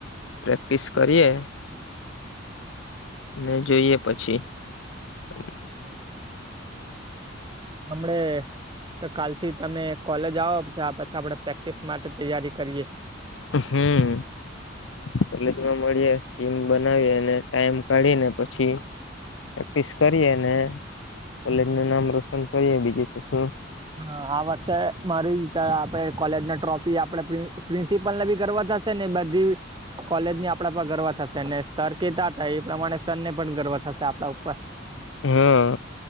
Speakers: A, on the left; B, on the right.
A: પ્રેક્ટિસ કરીએ ને જોઈએ પછી હમ્મ.
B: અમન્ડે તો કાલથી તમે કોલેજ આવો ત્યારે પછી આપણે પ્રેક્ટિસ માટે તૈયારી કરીએ.
A: હમ્મ. કોલેજમાં મળીએ ટીમ બનાવીએ અને ટાઈમ કાઢીને પછી પ્રેક્ટિસ કરીએ ને કોલેજ નું નામ રોશન કરીએ બીજું તો શું
B: હા આ વર્ષે મારી આપણે કોલેજ ની ટ્રોફી આપણે પ્રિન્સી પ્રિન્સિપલ ને ભી ગર્વ થશે થશે ને એ બધી કોલેજ ની આપડા પર ગર્વ થશે. તેને સર કેતા હતા એ પ્રમાણે સર ને પણ ગર્વ થશે આપડા ઉપર.
A: હા